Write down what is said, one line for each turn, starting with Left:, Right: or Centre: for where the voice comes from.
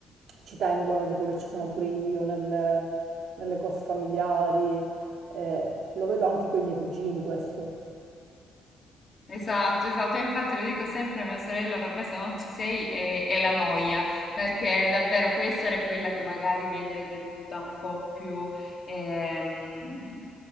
Right: ci tengono, tipo che ci sono pure io nelle, nelle cose familiari. eh, lo vedo anche con i miei cugini questo.
Left: Esatto, esatto, io infatti lo dico sempre a mia sorella, per me se non ci sei è, è la noia, perché davvero può essere quella che magari viene ritenuta un po' più, ehm,